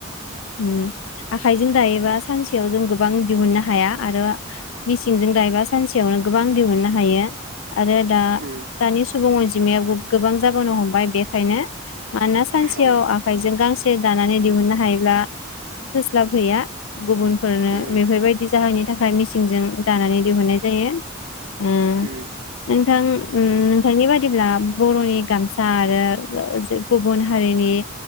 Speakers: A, on the left; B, on the right.
A: उम आखाइजों दायोबा सानसेयाव जों गोबां दिहुननो हाया आरो मिसिंजों दायोबा सानसेयावनो गोबां दिहुुननो हायो आरो दा
B: उम
A: दानि सुबुं अनजिमाया गोबां जाबोनो हमबाय बेखायनो मानोना सानसेयाव
B: औ
A: आखाइजों गांसे दानानै दिहुननो हायोब्ला थोस्लाबहैया गुबुनफोरनो
B: उम
A: बेफोरबायदि जाहोननि थाखाय मेसिंजों दानानै दिहुननाय जायो उम
B: उम
A: नोंथां नोंथांनि बादिब्ला बर'नि गामसा आरो गुबुन हारिनि